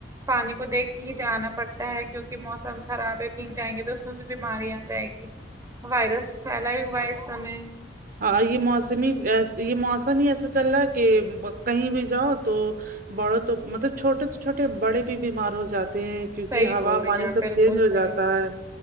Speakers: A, on the right (about 20°); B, on the right (about 50°).
A: پانی کو دیکھ کے ہی جانا پڑتا ہے کیونکہ موسم خراب بھیگ جائیں گے تو اس میں بھی بیماری آ جائے گی وائرس پھیلا ہی ہوا ہے اس سمے
B: ہاں یہ موسمی یہ موسم ہی ایسا چل رہا ہے کہ کہیں بھی جاؤ تو بڑوں تو مطلب چھوٹے تو چھوٹے بڑے بھی بیمار ہو جاتے ہیں کیونکہ
A: صحیح
B: ہوا
A: بول رہی
B: پانی
A: ہیں آپ
B: سب
A: بالکل
B: چینج ہو
A: صحیح
B: جاتا ہے